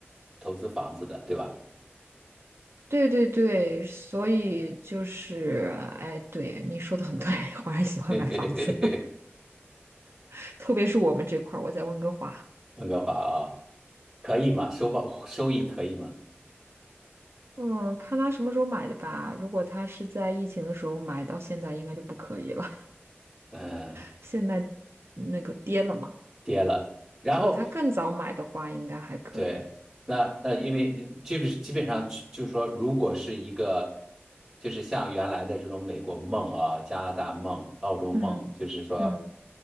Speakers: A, in the centre; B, on the right.
A: 投资房子的，对吧？
B: 对对对，所以就是，哎，对，你说的很对，<laughs> 华人喜欢买房子，
A: <laughs>
B: <laughs> 特别是我们这块儿，我在温哥华。
A: 温哥华啊，可以吗？收报收益可以吗？
B: 嗯，看他什么时候买的吧。如果他是在疫情的时候买，到现在应该就不可以了。
A: 嗯，
B: <laughs> 现在那个跌了嘛。
A: 跌了。然后
B: 如果他更早买的话，应该还可以。
A: 对，那那因为基本基本上就是说，如果是一个就是像原来的这种美国梦啊、加拿大梦、澳洲梦，
B: 嗯嗯，
A: 就是说